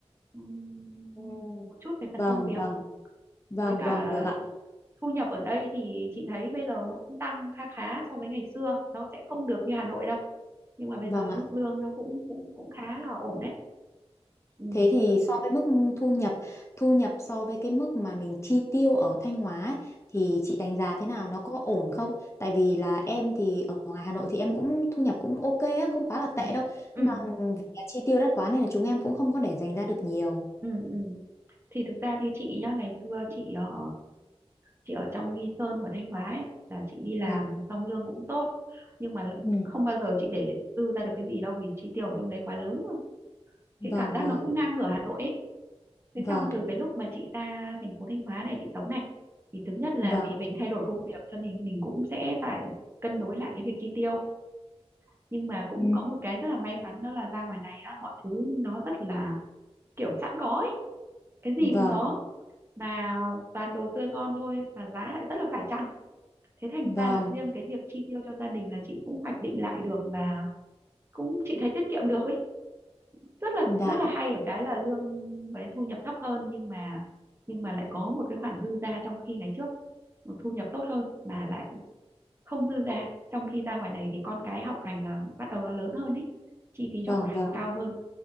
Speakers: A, on the right; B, on the left.
A: ừm,
B: Ừ.
A: một chút về phần
B: Vâng,
A: công việc
B: vâng, vâng,
A: với cả
B: vâng được ạ.
A: thu nhập ở đây thì chị thấy bây giờ nó cũng tăng kha khá so với ngày xưa nó sẽ không được như Hà Nội đâu nhưng mà bây
B: Vâng
A: giờ
B: ạ.
A: mức lương nó cũng cũng cũng khá là ổn đấy ừ
B: Thế thì so với mức thu nhập, thu nhập so với cái mức mà mình chi tiêu ở Thanh Hóa ấy, thì chị đánh giá thế nào nó có ổn không? Tại vì là em thì ở ngoài Hà Nội thì em cũng thu nhập cũng ok á, không quá là tệ
A: ừ
B: đâu.
A: ừ
B: Nhưng mà vì là chi tiêu đắt quá nên là chúng em cũng không có để dành ra được nhiều.
A: ừ ừ. thì thực ra như chị nhá ngày xưa chị ở chị ở trong Nghi Sơn và Thanh Hóa ấy, là chị đi làm
B: Vâng.
A: xong lương cũng tốt nhưng mà lợ-
B: Ừ.
A: không bao giờ chị để dư ra được cái gì đâu vì chi tiêu ở trong đấy quá lớn luôn
B: Vâng
A: chị cảm giác
B: vâng
A: nó cũng ngang ngửa Hà Nội ấy thế
B: vâng
A: xong từ cái lúc mà chị ra thành phố Thanh Hóa này chị sống này thì thứ nhất là
B: vâng
A: vì mình thay đổi công việc cho nên mình cũng sẽ phải cân đối lại cái việc chi tiêu nhưng mà cũng
B: ừ.
A: có một cái rất là may mắn đó là ra ngoài này á mọi thứ nó rất là kiểu sẵn có ấy cái gì
B: vâng
A: cũng có mà toàn đồ tươi ngon thôi mà giá lại rất là phải chăng thế thành
B: vâng
A: ra là riêng cái việc chi tiêu cho gia đình là chị cũng hoạch định lại được và cũng chị thấy tiết kiệm được ấy rất là
B: vâng, dạ
A: rất là hay ở cái là lương với thu nhập thấp hơn nhưng mà nhưng mà lại có một cái khoản dư ra trong khi ngày trước thu nhập tốt hơn mà lại không dư ra trong khi ra ngoài này thì con cái học hành là bắt đầu nó lớn hơn ấy chi phí
B: vâng
A: cho học hành
B: vâng
A: cao hơn